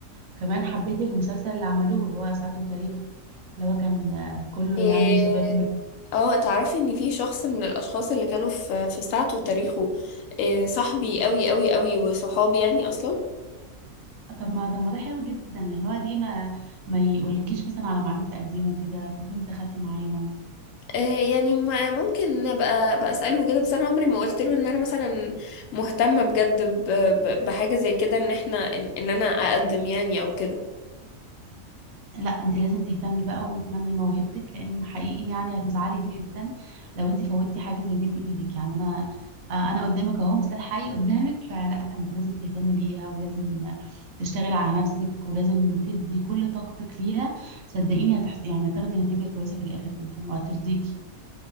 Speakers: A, on the right; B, on the left.
A: كمان حبيت المسلسل اللي عملوه اللي هو ساعته وتاريخه اللي هو كان آه، كله
B: إيه
A: يعني شبابنا
B: اه تعرفي ان في شخص من الاشخاص اللي كانوا في في ساعته وتاريخه إيه صاحبي قوي قوي قوي وصحابي يعني اصلا
A: طب ما طب ما ده حلو جدا يعني هو ليه ما ما يقولكيش مثلا على ميعاد التقديم وكده فكنت دخلت معاهم
B: إيه يعني م- ممكن ابقى بقى اساله كده بس انا عمري ما قلت له ان انا مثلا مهتمه بجد ب- ب- بحاجه زي كده ان احنا ان, إن انا اقدم يعني او كده
A: لا انت لازم تهتمي بقى وتنمي موهبتك لان حقيقي يعني هتزعلي جدا لو انت فوتي حاجه زي دي من ايدك يعني انا آه، انا قدامك اهو مثال حي قدامك فلا انت لازم تهتمي بيها ولازم تشتغلي على نفسك ولازم تدي كل طاقتك ليها صدقيني هتحس يعني هتاخدي نتيجه كويسه في الاخر جدا وهترضيكي